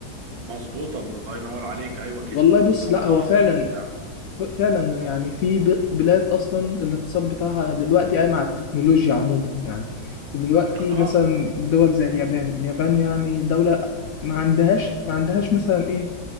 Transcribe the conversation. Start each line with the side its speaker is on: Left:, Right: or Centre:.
Right: مظبوطة الله ينور عليك أيوة كده
Left: والله بص
Right: ده
Left: لا
Right: اللي
Left: هو
Right: أنا
Left: فعلا
Right: أقصده يعني
Left: ف- فعلا يعني في ب- بلاد اصلا الاقتصاد بتاعها دلوقتي قايم على التكنولوجيا عموما يعني دلوقتي
Right: آه
Left: مثلا دول زي اليابان اليابان يعني دولة ما عندهاش ما عندهاش مثلا ايه